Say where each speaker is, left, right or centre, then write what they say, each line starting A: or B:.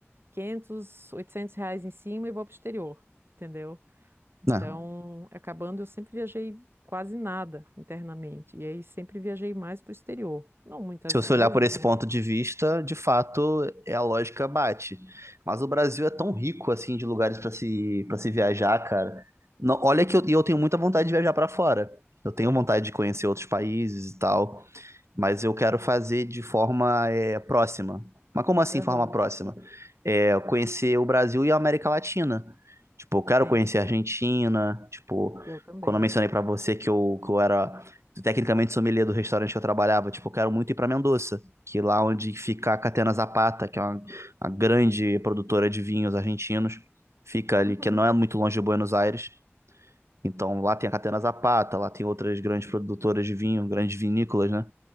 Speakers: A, on the right; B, on the right.
A: 500 800 reais em cima e vou pro exterior, entendeu? Então,
B: Né?
A: acabando, eu sempre viajei quase nada internamente, e aí sempre viajei mais pro exterior. Não muitas
B: Se você
A: vezes,
B: olhar por esse
A: né?
B: ponto de vista, de fato, é a lógica bate. Mas o Brasil é tão rico assim de lugares para se para se viajar, cara. Não- olha que eu, e eu tenho muita vontade de viajar para fora. Eu tenho vontade de conhecer outros países e tal mas eu quero fazer de forma é, próxima. Mas como assim
A: Aham,
B: forma próxima? É, conhecer o Brasil e a América Latina. Tipo, eu quero
A: Sim,
B: conhecer a Argentina, tipo,
A: eu também.
B: quando eu mencionei para você que eu, que eu era tecnicamente sommelier do restaurante que eu trabalhava, tipo, eu quero muito ir para Mendoza, que é lá onde fica a Catena Zapata, que é uma, uma grande produtora de vinhos argentinos, fica ali,
A: Uhum.
B: que não é muito longe de Buenos Aires. Então, lá tem a Catena Zapata, lá tem outras grandes produtoras de vinho, grandes vinícolas, né?